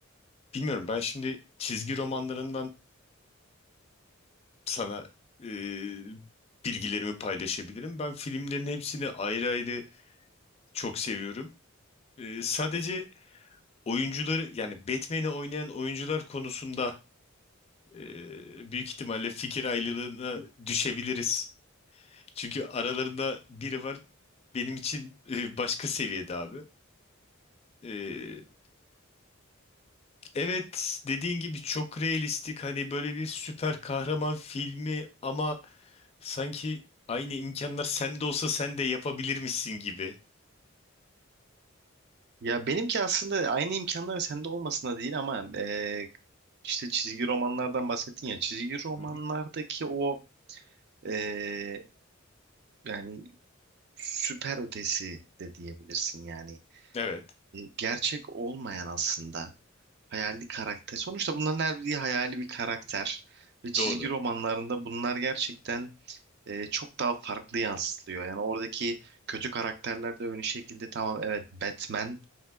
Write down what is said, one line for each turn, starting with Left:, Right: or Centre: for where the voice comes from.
Left: bilmiyorum ben şimdi çizgi romanlarından sana e, bilgilerimi paylaşabilirim. Ben filmlerin hepsini ayrı ayrı çok seviyorum. E, sadece oyuncuları yani Batman'i oynayan oyuncular konusunda e, büyük ihtimalle fikir ayrılığına düşebiliriz. Çünkü aralarında biri var benim için e, başka seviyede abi. E, evet dediğin gibi çok realistik hani böyle bir süper kahraman filmi ama sanki aynı imkanlar sende olsa sen de yapabilirmişsin gibi.
Right: Ya benimki aslında aynı imkanların sende olmasına değil ama eee, işte çizgi romanlardan bahsettin ya. Çizgi romanlardaki
Left: Hı hı.
Right: o eee, yani süper ötesi de diyebilirsin yani.
Left: Evet
Right: E, gerçek olmayan aslında hayali karakter. Sonuçta bunların her biri hayali bir karakter. Ve çizgi
Left: doğru.
Right: romanlarında bunlar gerçekten e, çok daha farklı yansıtılıyor. Yani oradaki kötü karakterler de öyle şekilde tamam evet Batman